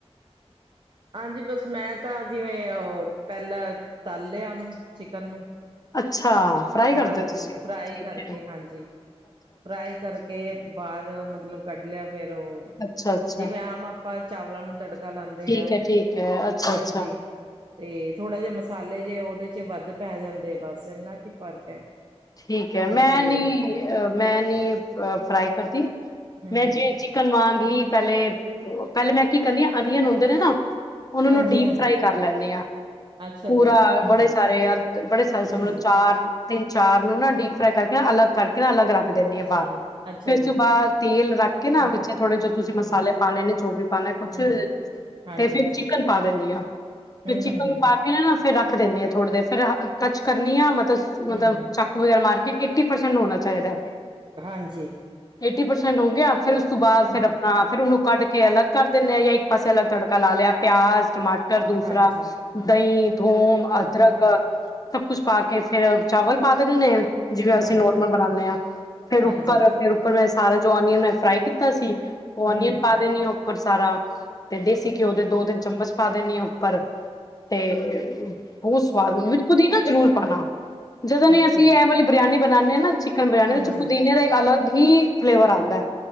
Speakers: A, on the right (about 45°); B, on the left (about 35°).
A: ਹਾਂਜੀ ਬਸ ਮੈਂ ਤਾਂ ਜਿਵੇਂ ਉਹ ਪਹਿਲਾਂ ਤਲ ਲਿਆ ਉਹਨੂੰ ਚਿਕਨ ਨੂੰ
B: ਅੱਛਾ ਫਰਾਈ ਕਰਦੇ
A: ਹਾਂਜੀ
B: ਓ ਤੁਸੀਂ
A: ਫਰਾਈ
B: ਠੀਕ
A: ਕਰਕੇ
B: ਐ
A: ਹਾਂਜੀ ਫਰਾਈ ਕਰਕੇ ਬਾਹਰ ਮਤਲਬ ਕੱਢ ਲਿਆ, ਫੇਰ ਉਹ
B: ਅੱਛਾ ਅੱਛਾ
A: ਜਿਵੇਂ ਆਮ ਆਪਾਂ ਚਾਵਲਾਂ ਨੂੰ ਤੜਕਾ ਲਾਉਂਦੇ
B: ਠੀਕ
A: ਆ,
B: ਹੈ ਠੀਕ ਹੈ ਅੱਛਾ
A: ਹਾਂਜੀ
B: ਅੱਛਾ
A: ਤੇ ਥੋੜਾ ਜਏ ਮਸਾਲੇ ਜਏ ਉਹਦੇ ਚ ਵੱਧ ਪੈ ਜਾਂਦੇ ਆ ਬਸ ਇੰਨਾ ਕੀ ਫ਼ਰਕ ਹੈ
B: ਠੀਕ ਹੈ
A: ਤੇ
B: ਮੈਂ
A: ਫੇਰ
B: ਨੀ ਮੈਂ ਨੀ ਫਰਾਈ ਕਰਦੀ,
A: ਹੂੰ
B: ਮੈਂ
A: ਹੂੰ
B: ਜਿਵੇ ਚੀ ਚਿਕਨ ਵਾਂਗ ਹੀ ਪਹਿਲੇ, ਪਹਿਲੇ ਮੈਂ ਕੀ ਕਰਨੀ ਹ ਅਨੀਅਨ ਹੁੰਦੇ ਨੇ ਨਾ ਉਹਨਾਂ
A: ਹਾਂਜੀ
B: ਨੂੰ ਡੀਪ
A: ਹਾਂਜੀ
B: ਫਰਾਈ ਕਰ ਲੈਂਦੇ ਆਂ
A: ਅੱਛਾ
B: ਪੂਰਾ
A: ਜੀ ਹੂੰ
B: ਬੜੇ
A: ਹੂੰ
B: ਸਾਰੇ ਬੜੇ ਸਾਰੇ ਸਮਝ
A: ਹੂੰ ਹੂੰ
B: ਲੋ, ਚਾਰ ਤਿੰਨ ਚਾਰ ਨੂੰ ਨਾ ਡੀਪ ਫਰਾਈ ਕਰਕੇ ਨਾ, ਅਲੱਗ ਕਰਕੇ ਅਲੱਗ ਰੱਖ ਦਿੰਣੀ
A: ਅੱਛਾ
B: ਆ ਬਾਹਰ,
A: ਜੀ ਅੱਛਾ
B: ਫਿਰ ਇਸ
A: ਜੀ
B: ਤੋਂ ਬਾਅਦ ਤੇਲ ਰੱਖ ਕੇ ਨਾ
A: ਹੂੰ
B: ਵਿੱਚ
A: ਹੂੰ
B: ਥੋੜੇ ਜੋ ਤੁਸੀਂ
A: ਹੂੰ
B: ਮਸਾਲੇ ਪਾਣੇ ਨੇ, ਜੋ ਵੀ ਪਾਉਣਾ ਕੁੱਛ
A: ਹੂੰ ਹਾਂਜੀ
B: ਤੇ ਫਿਰ
A: ਹਾਂਜੀ
B: ਚਿਕਨ ਪਾ ਦਿੰਦੀ ਆਂ, ਫਿਰ
A: ਹੂੰ
B: ਚਿਕਨ
A: ਹੂੰ ਹੂੰ
B: ਪਾ
A: ਹੂੰ
B: ਕੇ ਨਾ ਫਿਰ ਰੱਖ ਦਿੰਦੀ ਹਾਂ ਥੋੜ੍ਹਾ, ਦੇਰ ਫਿਰ ਟੱਚ ਕਰਨੀ ਹਾਂ ਮਤਲਬ ਮਤਲਬ
A: ਹੂੰ ਹੂੰ
B: ਵਗੈਰ ਮਾਰ ਕੇ ਏਟੀ ਪਰਸੈਂਟ ਹੋਣਾ ਚਾਹੀਦਾ
A: ਹਾਂਜੀ
B: ਏਟੀ ਪਰਸੈਂਟ ਹੋ ਗਿਆ, ਫਿਰ ਉਸ ਤੋਂ ਬਾਅਦ
A: ਹੂੰ
B: ਫਿਰ ਆਪਣਾ
A: ਹੂੰ
B: ਫੇਰ ਉਹਨੂੰ ਕੱਢ ਕੇ ਅਲੱਗ ਕਰ ਦੇਨੇ ਆ, ਜਾਂ ਇੱਕ ਪਾਸੇ ਅਲੱਗ ਤੜਕਾ ਲਾ ਲਿਆ ਪਿਆਜ ਟਮਾਟਰ ਦੂਸਰਾ
A: ਹਾਂਜੀ
B: ਦਹੀਂ ਥੋਮ
A: ਹੂੰ
B: ਅਦਰਕ,
A: ਹੂੰ ਹੂੰ
B: ਸਭ ਕੁਛ ਪਾ ਕੇ ਫੇਰ ਚਾਵਲ ਪਾ ਦੇਨੇ ਆਂ ਜਿਵੇਂ ਅਸੀਂ
A: ਹਾਂਜੀ
B: ਨੋਰਮਲ ਬਣਾਉਂਦੇ ਹਾਂ, ਫੇਰ ਉੱਪਰ
A: ਹਾਂਜੀ
B: ਫਿਰ ਉੱਪਰ ਮੈਂ ਸਾਰਾ ਜੋ ਓਨੀਅਨ ਮੈਂ ਫਰਾਈ ਕੀਤਾ ਸੀ, ਉਹ
A: ਹੂੰ
B: ਓਨੀਅਨ
A: ਹੂੰ
B: ਪਾ
A: ਹੂੰ
B: ਦੇਣੀ ਆਂ ਉੱਪਰ ਸਾਰਾ, ਤੇ ਦੇਸੀ ਘਿਓ ਦੇ ਦੋ ਤਿੰਨ ਚਮਚ ਪਾ ਦਿੰਣੀ ਆਂ ਉੱਪਰ ਤੇ ਬਹੁਤ ਸਵਾਦ ਵਿੱਚ ਪੁਦੀਨਾ ਜਰੂਰ ਪਾਣਾ ਜਦੋਂ ਨ
A: ਅੱਛਾ
B: ਅਸੀਂ ਇਹ ਵਾਲੀ ਬਰਿਆਨੀ ਬਣਾਉਂਦੇ ਹਾਂ ਨਾ ਚਿਕਨ ਬਰਿਆਨੀ,
A: ਹਾਂਜੀ
B: ਔਦੇ ਵਿੱਚ ਪੁਦੀਨੇ ਦਾ ਇੱਕ ਅਲੱਗ ਹੀ ਫਲੇਵਰ ਆਉਂਦਾ,